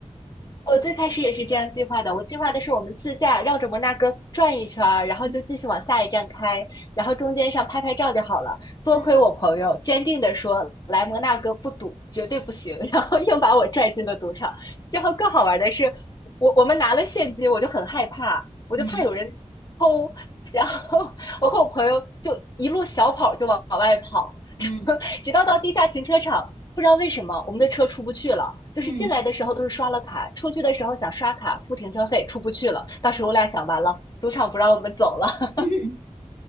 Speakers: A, on the left (about 35°); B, on the left (about 80°).
A: 我最开始也是这样计划的，我计划的是我们自驾绕着摩纳哥转一圈儿，然后就继续往下一站开，
B: 嗯
A: 然后中间上拍拍照就好了。多亏我朋友坚定地说来摩纳哥不赌，
B: 嗯
A: 绝对不行，<laughs> 然后硬把我拽进了赌场。然后更好玩的是，我我们拿了现金，我就很害怕，我就怕有人偷，
B: 嗯
A: 然后我和我朋友就一路小跑就往往外跑，
B: 嗯
A: <laughs> 直到到地下停车场。不知道为什么我们的车出不去了，就是进来的时候都是刷了卡，
B: 嗯
A: 出去的时候想刷卡付停车费出不去了。当时我俩想，完了，赌场不让我们走了。
B: 嗯，
A: <laughs>